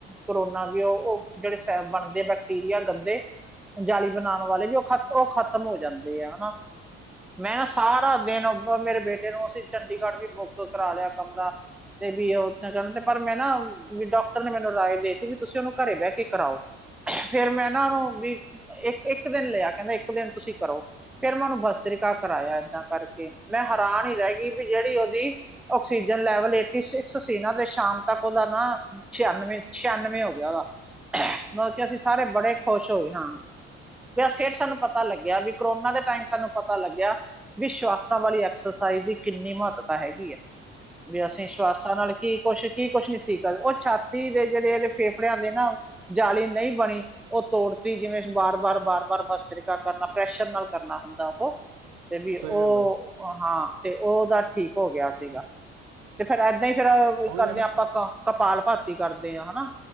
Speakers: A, in the centre; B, on the right.
A: ਕਰੋਨਾ ਵੀ ਉਹ ਉਹ ਜਿਹੜੇ ਬਣਦੇ ਬੈਕਟੀਰੀਆ ਗੰਦੇ ਜਾਲੀ ਬਣਾਉਣ ਵਾਲੇ ਵੀ ਉਹ ਖਤ ਉਹ ਖ਼ਤਮ ਹੋ ਜਾਂਦੇ ਆ ਹਨਾ ਮੈਂ ਨਾ ਸਾਰਾ ਦਿਨ ਮੇਰੇ ਬੇਟੇ ਨੂੰ ਅਸੀਂ ਚੰਡੀਗੜ੍ਹ ਵੀ ਬੁੱਕ ਕਰਾ ਲਿਆ ਕਮਰਾ ਤੇ ਵੀ ਉੱਥੇ ਕਹਿਣ ਤੇ ਪਰ ਮੈਂ ਨਾ ਡਾਕ ਨੇ ਮੈਨੂੰ ਰਾਏ ਦੇਤੀ ਵੀ ਤੁਸੀਂ ਉਹਨੂੰ ਘਰੇ ਬਹਿ ਕੇ ਕਰਾਓ ਫੇਿਰ ਮੈਂ ਨਾ ਉਹਨੂੰ ਵੀ ਇੱਕ ਇੱਕ ਦਿਨ ਲਿਆ ਕਹਿੰਦਾ ਇੱਕ ਦਿਨ ਤੁਸੀਂ ਕਰਾਊ ਫੇਿਰ ਮੈਂ ਉਹਨੂੰ ਬਸਤਰੀਿਕਾ ਕਰਾਇਆ ਏਦਾਂ ਕਰਕੇ ਮੈਂ ਹੈਰਾਨ ਹੀ ਰਹਿ ਗਈ ਵੀ ਜਿਹੜੀ ਉਹਦੀ ਆਕਸੀਜਨ ਲੈਵਲ ਏਟੀ ਸਿਕਸ ਸੀ ਨਾ ਤੇ ਸ਼ਾਮ ਤੱਕ ਉਹਦਾ ਨਾ ਛਿਆਨਵੇਂ ਪਚਾਨਵੇਂ ਹੋ ਗਿਆ ਉਹਦਾ ਮਤਲਬ ਕਿ ਅਸੀਂ ਸਾਰੇ ਬੜੇ ਖੁਸ਼ ਹੋਏ ਹਾਂ ਫੇਰ ਸਾਨੂੰ ਪਤਾ ਲੱਗਿਆ ਵੀ ਕੋਰੋਨਾ ਦੇ ਟਾਈਮ ਸਾਨੂੰ ਪਤਾ ਲੱਗਿਆ ਵੀ ਸ਼ਵਾਸਾਂ ਵਾਲੀ ਐਕਸਰਸਾਈਜ਼ ਦੀ ਕਿੰਨੀ ਮਹੱਤਤਾ ਹੈਗੀ ਹੈ ਵੀ ਅਸੀਂ ਸਵਾਸਾਂ ਨਾਲ ਕੀ ਕੁੱਛ ਕੀ ਕੁਛ ਨੀ ਠੀਕ ਆ ਉਹ ਛਾਤੀ ਦੇ ਜਿਹੜੇ ਇਹਦੇ ਫੇਫੜਿਆਂ ਦੇ ਨਾ ਜਾਲੀ ਨਹੀਂ ਬਣੀ ਉਹ ਤੋੜਤੀ ਜਿਵੇਂ ਵਾਰ ਵਾਰ ਵਾਰ ਵਾਰ ਹ ਤਰੀਕਾ ਕਰਨਾ ਪ੍ਰੈਸ਼ਰ ਨਾਲ ਕਰਨਾ ਹੁੰਦਾ ਉਹ ਤੇ ਵੀ
B: ਸਹੀ
A: ਉਹ
B: ਗੱਲ ਹੈ
A: ਹਾਂ ਤੇ ਉਹਦਾ ਠੀਕ ਹੋ ਗਿਆ ਸੀਗਾ ਤੇ ਫੇਿਰ ਇਏਦਾਂ ਹੀ ਫੇਰ
B: ਉਹੀ
A: ਕਰਦੇ
B: ਹੈ ਨਾ
A: ਹਾਂ ਆਪਾਂ ਕ ਕਪਾਲ ਭਾਤੀ ਕਰਦੇ ਹਾਂ ਹਨਾ